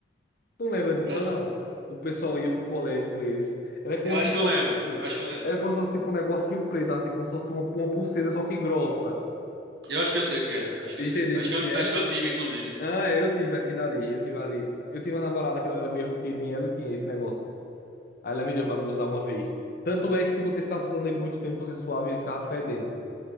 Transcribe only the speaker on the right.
Um braço-
Eu acho
que eu lembro.
Eu acho que eu lembro.
Eu acho que eu sei o que é. Acho que
eu sei. Acho que
eu,
acho que eu tive, inclusive.